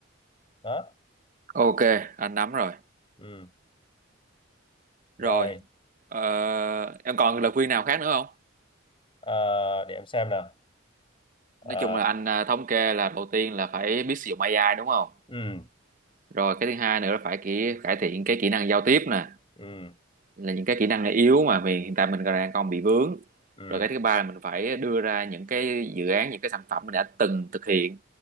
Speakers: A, on the left (about 25°); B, on the right (about 40°).
A: đó
B: Ok, anh nắm rồi.
A: ừ.
B: Rồi,
A: rồi
B: ờ, em còn lời khuyên nào khác nữa không?
A: Ờ, để em xem nào Ờ,
B: Nói chung là anh à, thống kê là đầu tiên là phải biết sử dụng AI đúng không?
A: ừ,
B: Rồi cái thứ hai nữa là phải kỹ, cải thiện cái kỹ năng giao tiếp nè,
A: ừ,
B: là những cái kỹ năng yếu mà mình hiện tại mình còn đang còn bị vướng.
A: ừ,
B: Rồi cái thứ ba là mình phải đưa ra những cái dự án, những cái sản phẩm mình đã từng thực hiện,